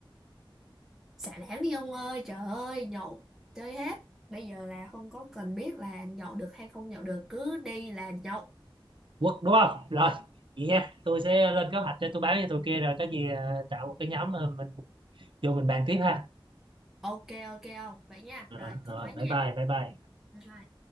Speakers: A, in the centre; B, on the right.
A: Xả láng đi ông ơi, trời ơi, nhậu chơi hết. Bây giờ là không có cần biết là nhậu được hay không nhậu được, cứ đi là nhậu.
B: Quất đúng không? Rồi, vậy nha. Tôi sẽ lên kế
A: Ờ,
B: hoạch cho tôi báo cho tụi kia rồi có gì ờ, tạo một cái nhóm ờ, mình vô mình bàn tiếp ha.
A: Ok ok không? Vậy nha.
B: Ờ,
A: Rồi,
B: rồi
A: cúp máy
B: bye
A: nha.
B: bye bye bye
A: Bye bye.